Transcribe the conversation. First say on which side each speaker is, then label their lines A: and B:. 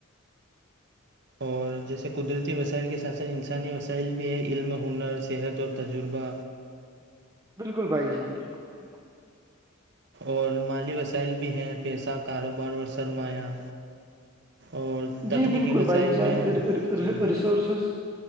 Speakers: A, on the right (about 55°); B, on the right (about 15°).
A: اور جیسے قدرتی وسائل کے ساتھ ساتھ انسانی وسائل بھی ہیں علم ہنر صحت اور تجربہ
B: بالکل بائی جان بالکل بالکل
A: اور مالی وسائل بھی ہیں پیسہ کاروبار اور سرمایہ اور تکنیکی
B: جی بالکل
A: وسائل
B: بھائی چان
A: میں جی
B: ریسورسز